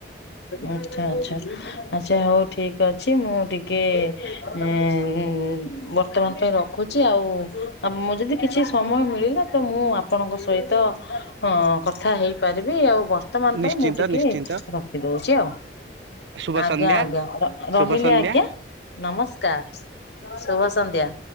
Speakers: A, on the left (about 65°); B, on the right (about 70°).
A: ଆଚ୍ଛା- ଆଚ୍ଛା- ଆଚ୍ଛା ହଉ ଠିକ୍ ଅଛି ମୁଁ ଟିକେଏ-ଏ ଉଁ- ଉଁ -ଏଁ -ଏଁ ବର୍ତ୍ତମାନ ପାଇଁ ରଖୁଛି ଆଉ ଆମ ଯଦି କିଛି ସମୟ ମିଳିଲା। ତ ମୁଁ ଆପଣଙ୍କ ସହିତ ହଁ କଥା ହେଇପାରିବି ଆଉ କଁ ବର୍ତ୍ତମାନ ପାଇଁ
B: ନିଶ୍ଚିନ୍ତ
A: ମୁଁ ଟିକେ
B: ନିଶ୍ଚିନ୍ତ
A: ରଖିଦଉଛି ଆଉ।
B: ଶୁଭ
A: ଆଜ୍ଞା-
B: ସନ୍ଧ୍ୟା
A: ଆଜ୍ଞା ରହିଲି
B: ଶୁଭ ସନ୍ଧ୍ୟା
A: ଆଜ୍ଞା ନମସ୍କାର୍ ଶୁଭ ସନ୍ଧ୍ୟା।